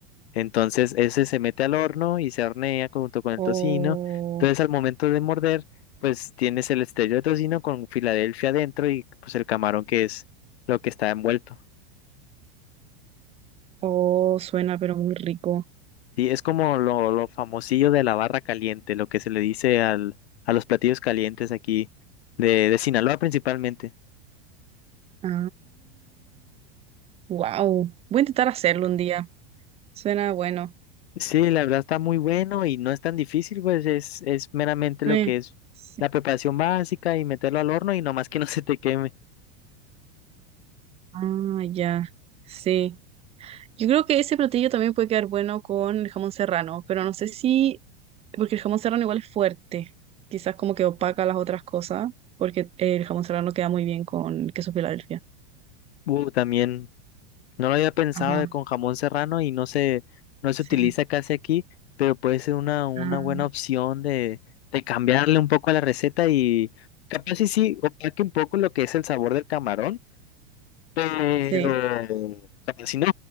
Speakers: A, on the left (about 80°); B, on the right (about 20°).
A: Entonces ese se mete al horno y se hornea junto con el
B: o
A: tocino. Entonces al momento de morder, pues tienes el estrello de tocino con Filadelfia adentro y pues el camarón que es lo que está envuelto.
B: o suena pero muy rico.
A: Sí, es como lo, lo famosillo de la barra caliente, lo que se le dice al, a los platillos calientes aquí de, de Sinaloa principalmente.
B: Ah, wow, voy a intentar hacerlo un día. Suena bueno.
A: Sí, la verdad está muy bueno y no es tan difícil, pues es, es meramente lo
B: Eh,
A: que es
B: sí.
A: la preparación básica y meterlo al horno y nomás que <laughs> no se te queme.
B: Ah, ya, sí. Yo creo que ese platillo también puede quedar bueno con el jamón serrano, pero no sé si Porque el jamón serrano igual es fuerte. Quizás como que opaca las otras cosas, porque eh, el jamón serrano queda muy bien con queso Filadelfia.
A: Uh, también no lo había pensado
B: Ajá,
A: de con jamón serrano y no se, no se
B: sí.
A: utiliza casi aquí, pero puede ser una, una
B: Ah,
A: buena opción de, de cambiarle un poco a la receta y capaz y sí, opaque un poco lo que es el sabor del camarón Pero
B: sí,
A: capaz si no,